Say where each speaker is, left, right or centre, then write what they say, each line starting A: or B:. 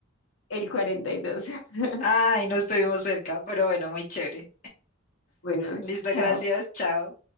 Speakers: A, on the left; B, on the left.
A: El cuarenta y dos <laughs>
B: Ay, no estuvimos cerca, pero bueno, muy chévere.
A: Bueno,
B: Listo,
A: chao.
B: gracias, chao.